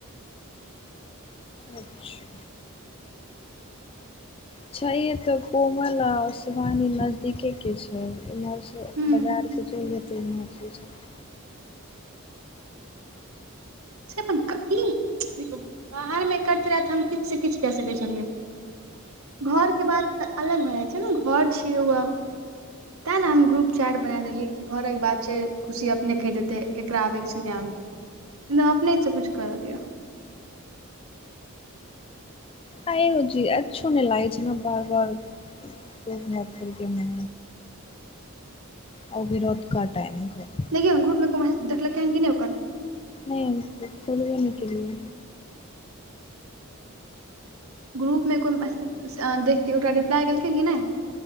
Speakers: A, on the left; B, on the right.
A: अच्छा छैय एतऽ कोमल आ शिवानी नजदीके के छै इम्हर से
B: हूँ
A: बजार कियो चलि जेतै एमहर से सब
B: से अपन ई देखु, बाहरमे करैत रहा त हम किछु से किछु कय सकै छलियै घर के बात तऽ अलग भए जाइ छै ने घर छियै ओ आब। तें ने हम ग्रुप चाट बना देलीयै कि घरक बात छै खुशी अपने कहि देते एकरा आबे के छै नै आबे न अपने स किछ करऽ दियऽ
A: आइ यो जी अच्छों नै लागै छै न बार बार खूब भात खेलकै ने आ ओ रोतका टाइम के <unintelligible>
B: देखियौ ग्रुप मे कोइ देखलक हें कि नै ओकर
A: नै हमक खोलबे नै केेलिए
B: ग्रुप मे को मैसे देखके ओकरा रिप्लाई केलकै की नै